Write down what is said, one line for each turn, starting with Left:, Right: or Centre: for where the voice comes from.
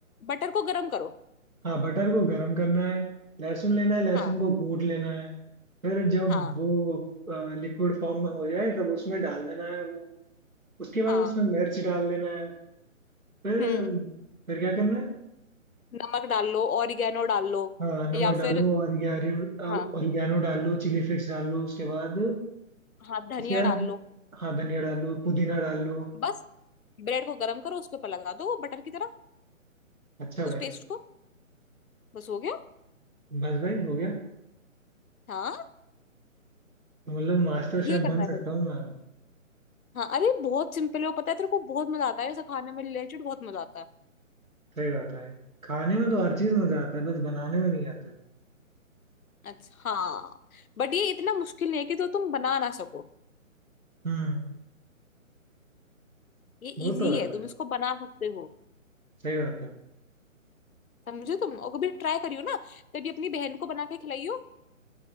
Left: बटर को गरम करो
Right: हाँ बटर को गरम करना है लहसुन लेना है लहसुन
Left: हाँ
Right: को कूट लेना है फिर जब
Left: हाँ
Right: वो लिक्विड फॉर्म में हो जाए तब उसमें डाल देना है वो उसके बाद
Left: हाँ
Right: उसमें मिर्च डाल देना है फिर
Left: हम्म
Right: फिर क्या करना है
Left: नमक डाल लो ऑरिगेनो डाल लो
Right: हाँ नमक
Left: या
Right: डालो
Left: फिर
Right: ऑरिगेनो
Left: हाँ
Right: ऑरिगेनो डाल लो चिली फ्लेक्स डाल लो उसके बाद
Left: हाँ धनिया
Right: उसके बाद
Left: डाल लो
Right: हाँ धनिया डाल लो पुदीना डाल लो
Left: बस ब्रेड को गरम करो उसके ऊपर लगा दो वो बटर की तरह
Right: अच्छा
Left: उस
Right: भाई
Left: पेस्ट को बस हो गया
Right: बस भाई हो गया
Left: हाँ
Right: तो मतलब मास्टर
Left: ये
Right: शेफ
Left: करना
Right: बन
Left: है
Right: सकता
Left: तुझे
Right: हूँ मैं
Left: हाँ अरे बहुत सिंपल है वो पता है तेरे को बहुत मजा आता है ऐसा खाने में रिलेटेड बहुत मजा आता है
Right: सही बात है खाने में तो हर चीज मजा आता है बस बनाने में नहीं आता है
Left: अच्छा हाँ बट ये इतना मुश्किल नहीं है कि तो तुम बना ना सको
Right: हम्म
Left: ये
Right: वो
Left: इजी
Right: तो है
Left: है
Right: भाई
Left: तुम इसको बना सकते हो
Right: सही बात है
Left: समझो तुम और कभी ट्राई करियो ना कभी अपनी बहन को बना के खिलाइयो